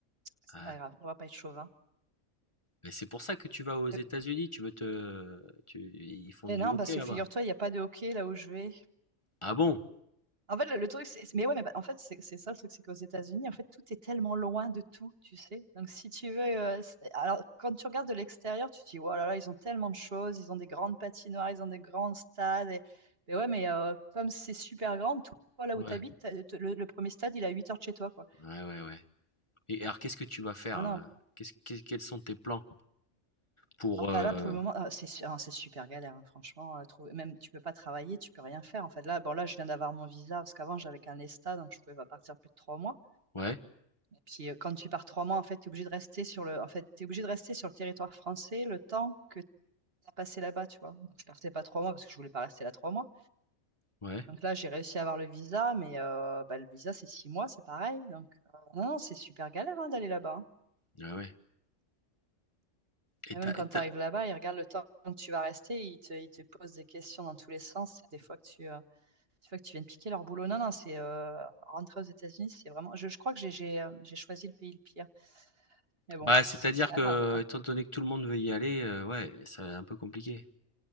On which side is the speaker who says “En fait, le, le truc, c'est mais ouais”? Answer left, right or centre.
Right